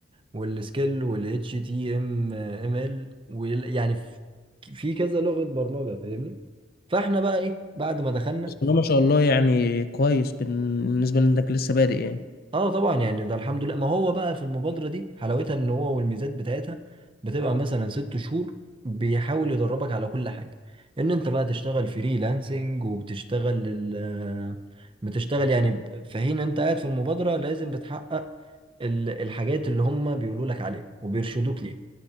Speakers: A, on the right; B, on the left.
A: والسكيل وال HTML وال- يعني في في كذا لغة برمجة فاهمني؟ فاحنا بقى ايه بعد ما دخلنا
B: بس والله ما شاء الله يعني كويس بالنسبة لانك لسه بادئ يعني
A: اه طبعا يعني ده الحمد لله ما هو بقى في المبادرة دي حلاوتها ان هو والميزات بتاعتها بتبقى مثلا ست شهور بيحاول يدربك على كل حاجة ان انت بقى تشتغل فريلانسنج وبتشتغل ال آه، بتشتغل يعني ب- في حين انت قاعد في المبادرة لازم بتحقق ال- الحاجات اللي هم بيقولوا لك عليها وبيرشدوك ليها